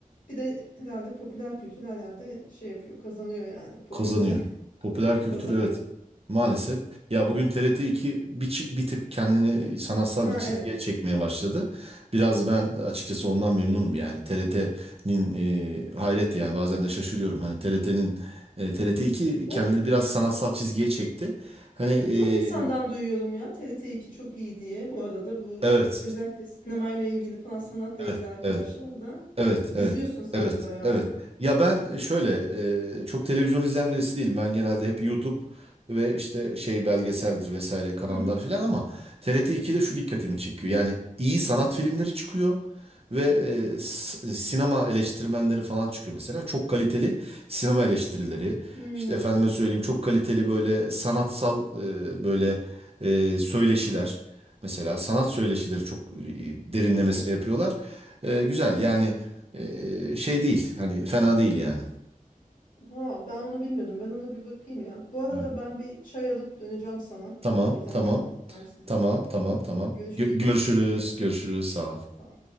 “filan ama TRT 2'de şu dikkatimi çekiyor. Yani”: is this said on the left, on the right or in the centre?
Right